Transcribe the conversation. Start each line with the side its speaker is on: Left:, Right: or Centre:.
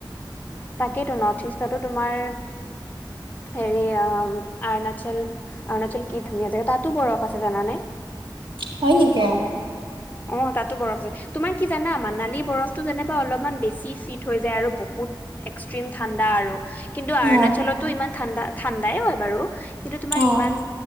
Left: তাকেইতো নৰ্থ ইষ্টতো তোমাৰ হেৰি অ অৰণাচল অৰুণাচল কি ধুনীয়া জেগা তাতো বৰফ আছে জানানে <inaudible>
Right: হয় নিকা
Left: অ তাতো বৰফ আছে তোমাৰ কি জানা মানালী বৰফতো যেনিবা অলপমান বেছি ফিট হৈ যায় আৰু বহুত এক্সট্ৰিম ঠাণ্ডা আৰু কিন্তু
Right: অ'
Left: অৰণাচলতো ইমান ঠাণ্ডা ঠাণ্ডাই হয় বাৰু কিন্তু তোমাৰ
Right: অ'
Left: ইমান